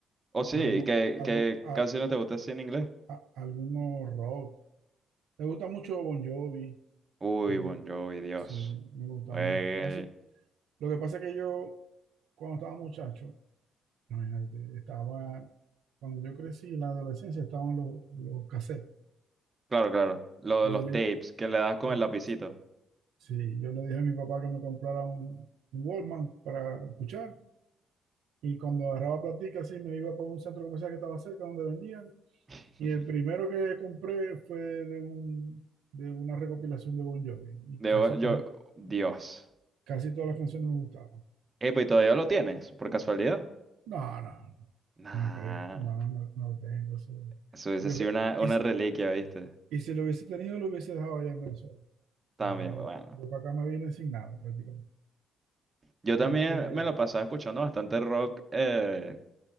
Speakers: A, on the right (about 25°); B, on the right (about 85°).
A: Oh, sí,
B: Algún,
A: ¿qué,
B: algo,
A: qué
B: a-
A: canciones te gustan así en inglés?
B: a- algunos rock. Me gusta mucho Bon Jovi,
A: Uy,
B: Me gu-
A: Bon Jovi, Dios.
B: sí, me gustaba
A: Eh,
B: mucho. Casi. Lo que pasa es que yo, cuando estaba muchacho, imagínate, estaba, cuando yo crecí en la adolescencia, estaban los, los cassettes.
A: claro, claro. Lo
B: Y
A: de los
B: yo le,
A: tapes que le das con
B: le-
A: el lapicito.
B: sí, yo le dije a mi papá que me comprara un, un Walkman para escuchar. Y cuando agarraba platica, así me iba para un centro comercial que estaba cerca donde vendían.
A: <laughs>
B: Y el primero que compré fue de un, de una recopilación de Bon Jovi. Y
A: De,
B: casi,
A: Bon-
B: to-
A: yo, Dios.
B: casi todas las canciones me gustaban.
A: Epa, ¿y todavía lo tienes? ¿Por casualidad?
B: No, no. no.
A: Nah.
B: No creo, no, no, no tengo eso.
A: Eso hubiese
B: Yo,
A: sido
B: cre-
A: una, una
B: y, si
A: reliquia, ¿viste?
B: y si lo hubiese tenido, lo hubiese dejado allá en Venezuela,
A: También,
B: porque yo,
A: bueno.
B: yo para acá me vine sin nada prácticamente.
A: Yo también
B: Este,
A: me la pasaba escuchando bastante rock, eh,